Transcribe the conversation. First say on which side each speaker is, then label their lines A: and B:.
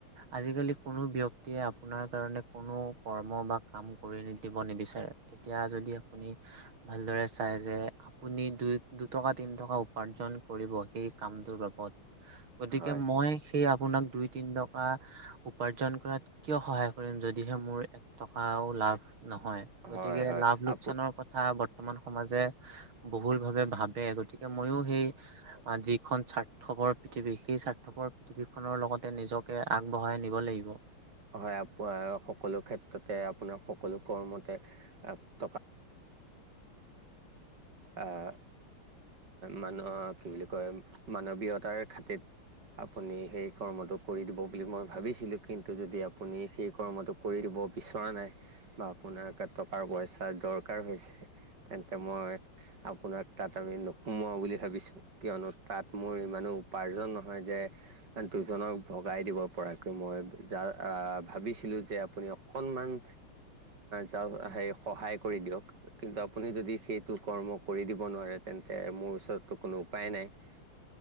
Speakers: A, on the right; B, on the right.
A: আজিকালি কোনো ব্যক্তিয়ে আপোনাৰ কাৰণে কোনো কৰ্ম বা কাম কৰি নি দিব নিবিচাৰে তেতিয়া যদি আপুনি ভালদৰে চাই যে আপুনি দুই দুটকা তিন টকা উপাৰ্জন কৰিব সেই কামটোৰ বাবদ গতিকে
B: হয়
A: মই সেই আপোনাক দুই তিন টকা উপাৰ্জন কৰাত কিয় সহায় কৰিম যদিহে মোৰ এক টকাও লাভ নহয় গতিকে
B: হয় হয়
A: লাভ লোকচানৰ
B: আপু
A: কথা বৰ্তমান সমাজে বহুল ভাবে ভাবে গতিকে মইও সেই আ যিখন স্বাৰ্থপৰ পৃথিৱী সেই স্বাৰ্থপৰ পৃথিৱীখনৰ লগতে নিজকে আগবঢ়াই নিব লাগিব
B: এ পএ সকলো ক্ষেত্ৰতে আপোনাৰ সকলো কৰ্মতে টকা আহ মানুহ কি বুলি কয় মানৱীয়তাৰ খাতিত আপুনি সেই কৰ্মটো কৰি দিব বুলি মই ভাবিছিলোঁ, কিন্তু যদি আপুনি সেই কৰ্মটো। কৰি দিব বিচৰা নাই বা আপোনাৰ টকাৰ পইচা দৰকাৰ হৈছে। তেন্তে মই আপোনাক তাত আৰু নোসোমোৱাওঁ বুলি ভাবিছোঁ। কিয়নো তাত মোৰ ইমানো উপাৰ্জন নহয় যে। দুজনক ভগাই দিব পৰাকৈ মই যা ভাবিছিলোঁ যে আপুনি। অকনমান যা হেই সহায় কৰি দিয়ক। কিন্তু আপুনি যদি সেইটোক। কৰ্ম কৰি দিব নোৱাৰে, তেন্তে মোৰ ওচৰততো কোনো উপায় নাই।